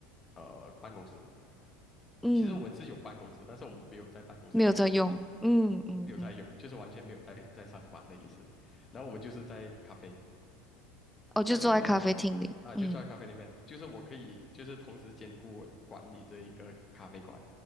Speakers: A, on the left; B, in the centre.
A: 呃办公室。
B: 嗯
A: 其实我们是有办公室，但是我们没有在办公室里面工作，
B: 没有在用，嗯嗯嗯
A: 没有在用，就是完全没有在在上班的意思。然后我们就是在咖啡。
B: 我就坐在咖啡厅里。
A: 就好像说啊，
B: 嗯，
A: 就坐在咖啡里面，就是我可以就是同时兼顾我管理这一个咖啡馆，